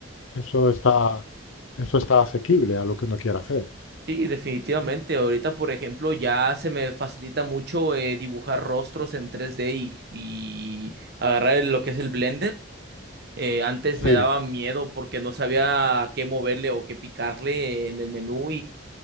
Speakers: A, on the left; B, on the right.
A: eso está, eso está asequible a lo que uno quiera hacer.
B: Sí, definitivamente. Ahorita, por ejemplo, ya se me facilita mucho eh, dibujar rostros en tres d y, y agarrar el- lo que es el Blender. Eh, antes
A: Sí,
B: me daba miedo porque no sabía a qué moverle o qué picarle en el menú